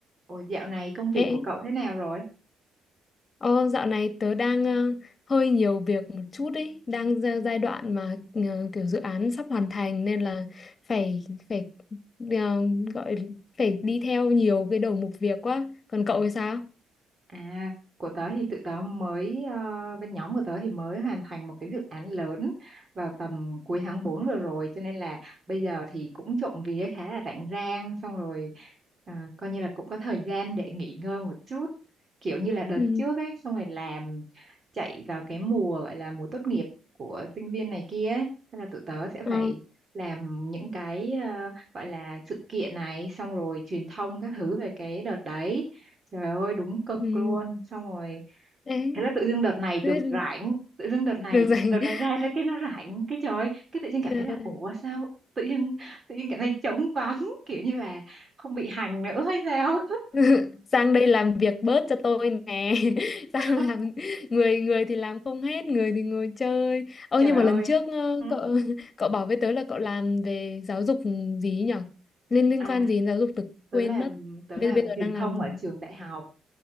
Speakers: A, on the right; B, on the left.
A: Ủa dạo này công việc
B: Ê,
A: của cậu thế nào rồi?
B: ô, dạo này tớ đang ờ, hơi nhiều việc một chút ấy, đang ra giai đoạn mà ờ, kiểu dự án sắp hoàn thành nên là phải phải ờ, gọi phải đi theo nhiều cái đầu mục việc quá. Còn cậu thì sao?
A: À, của tớ thì tụi tớ mới, ờ, bên nhóm của tớ thì mới hoàn thành một cái dự án lớn vào tầm cuối tháng 4 vừa rồi. Cho nên là bây giờ thì cũng trộm vía khá là rảnh rang. Xong rồi à, coi như là cũng có thời gian để nghỉ ngơi một chút. Kiểu như là đợt
B: Ừ.
A: trước ấy, xong rồi làm chạy vào cái mùa gọi là mùa tốt nghiệp của sinh viên này kia ấy. Thế là tụi tớ sẽ
B: Ờ.
A: phải làm những cái ờ, gọi là sự kiện này xong rồi truyền thông các thứ về cái đợt đấy trời ơi đúng cực
B: Ừ.
A: luôn xong rồi
B: Đấy.
A: thế là tự dưng đợt này được
B: Thế
A: rảnh tự dưng đợt này
B: Được rồi.
A: đợt
B: <laughs>
A: này ra ra cái nó rảnh cái trời ơi, cái tự dưng cảm
B: Trời.
A: thấy là ủa sao tự dưng tự dưng cảm thấy trống vắng <laughs> kiểu như là không bị hành nữa hay sao
B: <laughs> sang đây làm việc bớt cho tôi nè <laughs> sang
A: <laughs>
B: làm người người thì làm không hết người thì ngồi chơi ơ
A: trời
B: nhưng mà lần
A: ơi
B: trước ờ,
A: Hử?
B: cậu <laughs> cậu bảo với tớ là cậu làm về giáo dục gì ấy nhở liên liên
A: à
B: quan gì đến giáo dục tớ
A: tớ
B: quên
A: làm
B: mất
A: tớ
B: bây
A: làm
B: bây giờ
A: truyền
B: đang
A: thông
B: làm gì?
A: ở trường đại học